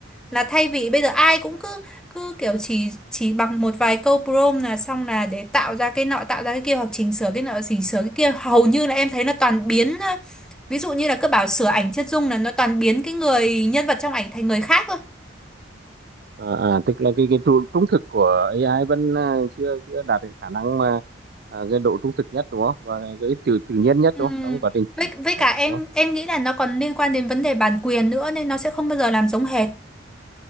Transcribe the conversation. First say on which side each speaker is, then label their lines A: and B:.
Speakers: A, in the centre; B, on the right.
A: là thay vì bây giờ ai cũng cứ cứ kiểu chỉ chỉ bằng một vài câu prompt là xong là để tạo ra cái nọ tạo ra cái kia hoặc chỉnh sửa cái nọ chỉnh sửa cái kia hầu như là em thấy là toàn biến ờ, ví dụ như là cứ bảo sửa ảnh chân dung là nó toàn biến cái người nhân vật trong ảnh thành người khác thôi
B: à, à, tức là cái cái tru- trung thực của AI vẫn à, chưa chưa đạt được khả năng mà à, cái độ trung thực nhất đúng không và cái tự tự nhiên nhất
A: Ừm,
B: đúng không trong quá trình chỉnh
A: Với, với
B: thực ảnh
A: cả em
B: đúng không
A: em nghĩ là nó còn liên quan đến vấn đề bản quyền nữa nên nó sẽ không bao giờ làm giống hệt